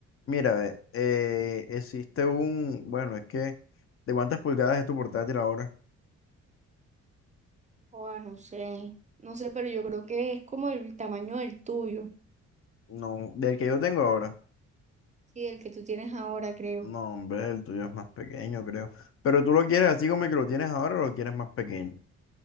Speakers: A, on the left (about 45°); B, on the right (about 25°).
A: Mira, ve, eh, existe un, bueno, es que, ¿de cuántas pulgadas es tu portátil ahora?
B: O no sé, no sé, pero yo creo que es como el tamaño del tuyo,
A: No, del que yo tengo ahora.
B: sí, el que tú tienes ahora, creo,
A: No, hombre, el tuyo es más pequeño, creo. Pero tú lo quieres así como el que lo tienes ahora o lo quieres más pequeño.